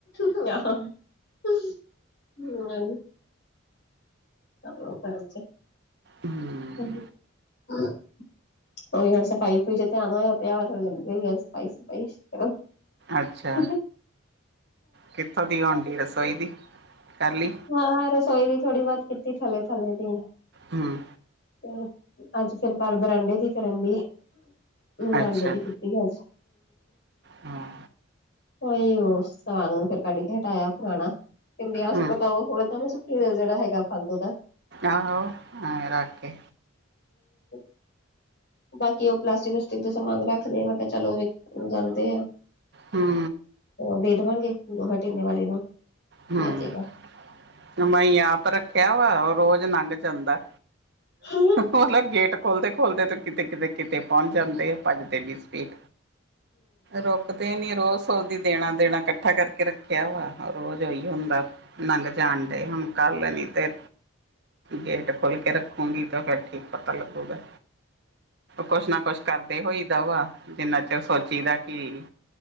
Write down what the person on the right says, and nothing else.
ਹੂੰ
ਅੱਛਾ ਕਿੱਥੋਂ ਦੀ ਆਉਂਦੀ ਰਸੋਈ ਦੀ ਕਰ ਲਈ
ਹੂਅ
ਅੱਛਾ
ਹਾਂ
ਹੂੰ
ਆਹੋ ਐਂ ਰੱਖ ਕੇ
ਹੂੰ
ਹੂੰ
<unintelligible> ਆਪ ਰੱਖਿਆ ਵਾ ਉਹ ਰੋਜ ਨੰਘ ਜਾਂਦਾ
ਉਹ ਗੇਟ ਖੋਲਦੇ-ਖੋਲਦੇ ਤੇ ਕਿਤੇ-ਕਿਤੇ-ਕਿਤੇ ਪਹੁੰਚ ਜਾਂਦੇ ਆ। ਭੱਜਦੇ ਵੀ ਸਪੀਟ ਰੁਕਦੇ ਨੀ, ਰੋਜ਼ ਸੋਚਦੀ ਦੇਣਾ-ਦੇਣਾ ਇਕੱਠਾ ਕਰਕੇ ਰੱਖ ਕਹਿਆ ਵਾ ਰੋਜ਼ ਉਹੀ ਹੁੰਦਾ, ਨੰਗ ਜਾਣ ਡੇ, ਹੁਣ ਕੱਲ ਨੀ ਤੇ ਗੇਟ ਖੋਲ ਕੇ ਰੱਖੂਗੀ, ਤਾਂ ਫਿਰ ਠੀਕ ਪਤਾ ਲੱਗੂਗਾ। ਕੁਛ ਨਾ ਕੁਛ ਕਰਦੇ ਹੋਈਦਾ ਵਾ, ਜਿੰਨਾ ਚਿਰ ਸੋਚੀ ਦਾ ਕੀ